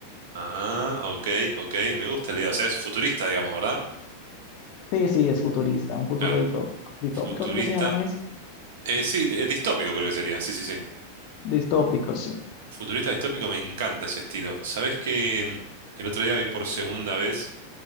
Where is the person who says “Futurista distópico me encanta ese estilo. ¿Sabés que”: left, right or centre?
Right